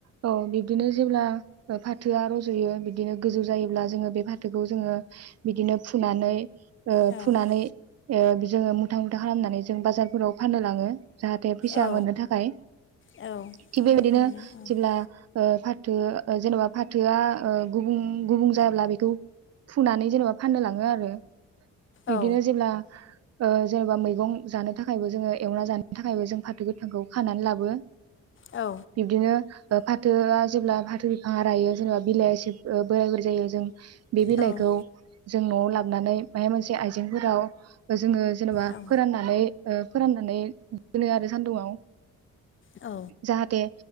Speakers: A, on the right; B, on the left.
A: औ बिब्दिनो जेब्ला फाथोआ रज'यो बिदिनो गोजौ जायोब्ला जोङो बे फाथोखौ जोङो बिदिनो फुनानै ओ
B: औ
A: फुनानै ओ जोङो मुथा मुथा खालामनानै जों बाजार फोराव फाननो लाङो जाहाथे फैसा
B: औ
A: मोननो थाखाय
B: औ
A: थिग बेबायदिनो
B: रां खामायनो औ
A: जेब्ला ओ थो ओ जेनेबा फाथोआ ओ गुबुं गुबुं जाब्ला बेखौ फुनानै जेनेबा फाननो लाङो आरो। बिदिनो
B: औ
A: जिल्ला औ जेनेबा मैगं जानो थाखायबो जोङो एवना जानो थाखायबो जों फाथो गोथांखौ खानानै लाबो।
B: औ
A: बिब्दिनो ओ फाथोआ जेब्ला फाथो बिफाङा रायो जेनेबा <unintelligible> <unintelligible> जों बे बिलाइखौ
B: औ
A: जों न'आव लाबनानै माबा मोनसे आइजेंफोराव जोङो जेनेबा
B: औ
A: फोराननानै ओ फोराननानै दोनो आरो सानदुङाव
B: औ
A: जाहाथे